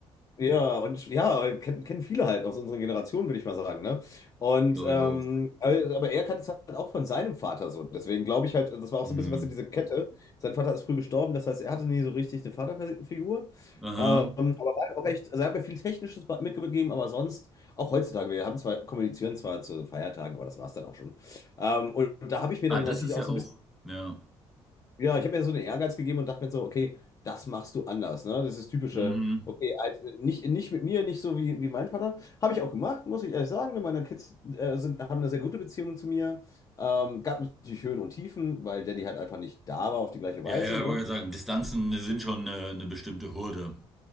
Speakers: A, on the left; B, in the centre.
A: ja, und ja, kennen kennen viele halt aus unserer Generation, würde ich mal sagen, ne? Und
B: glaube
A: ähm,
B: ich auch.
A: aber aber er kannte es halt auch von seinem Vater so. Deswegen glaube ich halt, das war auch
B: Hm.
A: so ein bisschen was in diese Kette. Sein Vater ist früh gestorben, das heißt, er hatte nie so richtig eine Vaterfigur.
B: Aha.
A: Ähm, aber war auch echt, also er hat mir viel Technisches mitgegeben, aber sonst, auch heutzutage, wir haben zwar, kommunizieren zwar zu Feiertagen, aber das war es dann auch schon. Ähm, und da habe ich mir
B: Ah,
A: dann
B: das
A: natürlich
B: ist
A: auch
B: ja
A: so
B: auch,
A: ein bisschen,
B: ja.
A: ja, ich habe mir so einen Ehrgeiz gegeben und dachte mir so, okay, das machst du anders, ne? Das ist typische,
B: Mhm.
A: okay, halt, äh, nicht, nicht mit mir, nicht so wie, wie mein Vater. Habe ich auch gemacht, muss ich ehrlich sagen. Meine Kids äh, sind, haben eine sehr gute Beziehung zu mir. Ähm, gab natürlich Höhen und Tiefen, weil Daddy halt einfach nicht da war auf die gleiche
B: Ja,
A: Weise,
B: ja,
A: ne?
B: ich wollte gerade sagen, Distanzen sind schon eine, eine bestimmte Hürde.